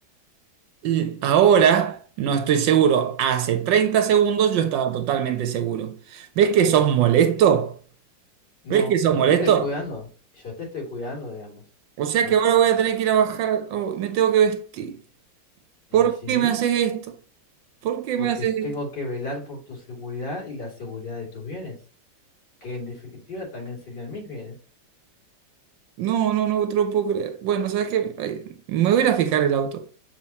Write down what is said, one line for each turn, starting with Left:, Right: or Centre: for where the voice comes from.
Right: Y Ahora no estoy seguro. Hace 30 segundos yo estaba totalmente seguro. ¿Ves que sos molesto?
Left: No,
Right: ¿Ves que sos
Left: yo
Right: molesto?
Left: te estoy cuidando. Yo te estoy cuidando, digamos.
Right: O sea
Left: Yo
Right: que ahora voy
Left: tengo-
Right: a tener que ir a bajar. oh, me tengo que vestir.
Left: Y
Right: ¿Por
Left: sí,
Right: qué me haces esto? ¿Por qué
Left: porque
Right: me haces esto?
Left: tengo que velar por tu seguridad y la seguridad de tus bienes, que en definitiva también serían mis bienes.
Right: No, no, no te lo puedo creer. Bueno, ¿sabes qué? Ay, Me voy a ir a fijar el auto.